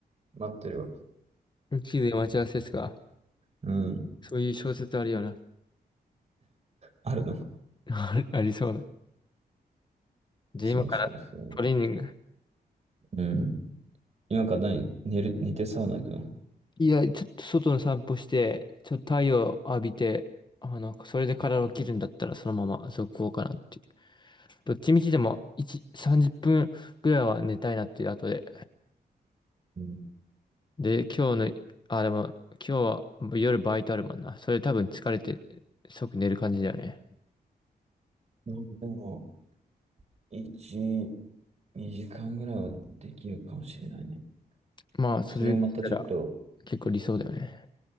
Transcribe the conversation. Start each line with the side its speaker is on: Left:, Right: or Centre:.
Right: 待ってるわ。
Left: 宇宙で待ち合わせですか
Right: うん。
Left: そういう小説あるよな。
Right: あるな。
Left: <laughs> ありそうだ。じゃあ今からトレーニング。
Right: そうそうそう。うん。今から何寝る、寝てサウナ行くの
Left: いや、ちょっと外の散歩して、ちょっと太陽浴びて、あの、それで体を切るんだったらそのまま続行かなっていう。どっちみちでも1、30分ぐらいは寝たいなっていう後で。
Right: うん、
Left: で、今日の、あ、でも今日は夜バイトあるもんな。それ多分疲れて即寝る感じだよね。
Right: なんかでも、1、2時間ぐらいはできるかもしれないね。
Left: まあ、それでしたら
Right: それをまたちょっと、
Left: 結構理想だよね。